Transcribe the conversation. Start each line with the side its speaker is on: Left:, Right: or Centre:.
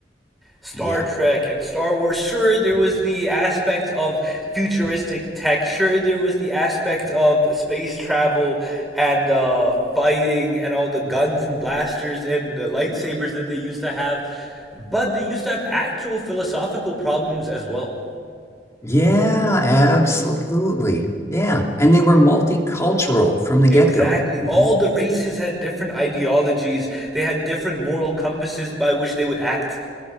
Centre: Star
Left: Yeah.
Centre: Trek and Star Wars. Sure, there was the aspect of futuristic tech. Sure, there was the aspect of space travel and uh, fighting and all the guns and blasters and the lightsabers that they used to have. But they used to have actual philosophical problems as well.
Left: Yeah, absolutely. Yeah. And they were multicultural from the
Centre: Exactly.
Left: get-go. you
Centre: All the races had different ideologies, they had different moral compasses by which they would act.